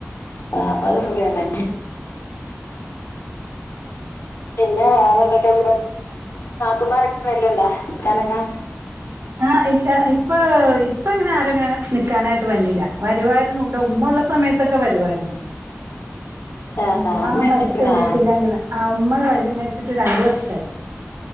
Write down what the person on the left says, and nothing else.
ആഹപ്പത് സുഖന്ന പിന്നെ വേറെ എന്തൊക്കെ നമാർ വല്ലണ്ടാ നി ക്കാനക്കാ
ആ
മരിച്ചിരിക്കണാ